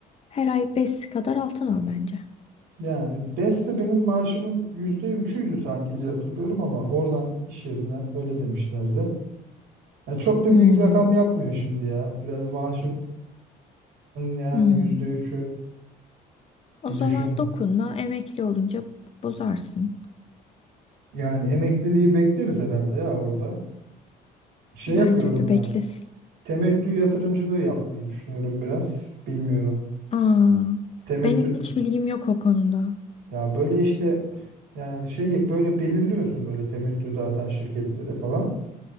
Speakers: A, on the left; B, on the right.
A: Her ay 5 kadar altın al bence.
B: yani beste benim maaşımın yüzde üçüydü sanki diye hatırlıyorum ama oradan iş yerinden öyle demişlerdi. Ya çok da
A: Hmm,
B: büyük rakam yapmıyor şimdi ya. Biraz maaşımın yani
A: hmm.
B: yüzde üçü
A: O
B: bir
A: zaman
B: düşün.
A: dokunma emekli olunca bozarsın.
B: Yani emekliliği bekleriz herhalde ya orada. Şey
A: Bence
B: yapıyorum
A: de beklesin.
B: ben. Temettü yatırımcılığı yapmayı düşünüyorum biraz. Bilmiyorum.
A: Aa,
B: Temettü
A: ben hiç bilgim yok o konuda.
B: Ya böyle işte yani şeyi böyle belirliyorsun böyle temettü dağıtan şirketleri falan.